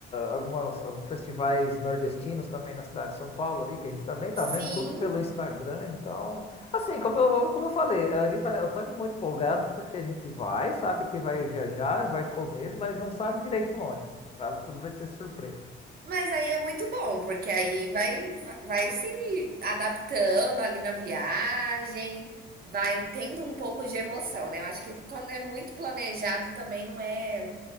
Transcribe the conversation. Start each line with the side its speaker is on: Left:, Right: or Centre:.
Left: algumas, alguns festivais nordestinos também na cidade de São Paulo ali, que a gente também tá vendo
Right: Sim.
Left: tudo pelo Instagram, então, assim, como eu, como eu falei, a gente tá, eu tô muito empolgado porque a gente vai, sabe que vai viajar, vai comer, mas não sabe direito onde, sabe? Tudo vai ser surpresa.
Right: Mas aí é muito bom, porque aí vai vai se adaptando ali na viagem, vai tendo um pouco de emoção, né. Eu acho que quando é muito planejado também não é